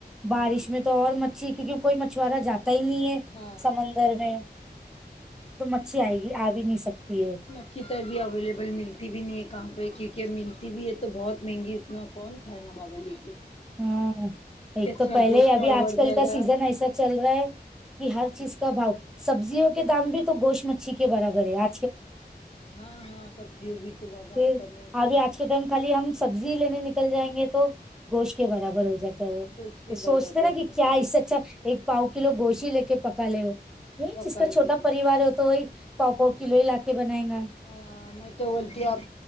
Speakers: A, in the centre; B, on the left.
A: بارش
B: ہاں
A: میں تو اور مچھی کیونکہ کوئی مچھورا جاتا ہی نہیں ہے
B: ہاں
A: سمندر میں تو مچھی آئے گی آ بھی نہیں سکتی ہے
B: کدھر تر بھی اویلیبل ملتی بھی نہیں ہے کہاں پہ کیونکہ اب ملتی بھی ہے تو بہت مہنگی اتنا کون کھائیں گا بابا لے کے
A: ہاں ایک
B: سے اچھا
A: تو پہلے
B: گوشت
A: ہی ابھی
B: پڑوڑ
A: آج کل
B: جائے
A: کا
B: گا
A: سیزن ایسا چل رہا ہے کہ ہر چیز کا بھاؤ سبزیوں کے دام بھی تو گوش مچھی کے برابر ہے آ
B: ہاں ہاں سبزی بھی تو بابا
A: پھر
B: کم کیا
A: ابھی آج کے ٹائم خالی ہم سبزی لینے نکل جائیں گے تو گوشت کے برابر ہو جاتا
B: گوشت کے
A: تو سوچتے
B: برابر
A: نا کہ
B: پیسے
A: کیا اس
B: دیتے
A: سے اچھا ایک پاؤ کلو گوشی لے کے پکا لیے ہو نہیں
B: پکا
A: جس کا
B: لیے
A: چھوٹا پریوار ہے تو وہی پاؤ پاؤ کلوئی لا کے بنائےیں گا
B: ہاں میں تو بولتی آپ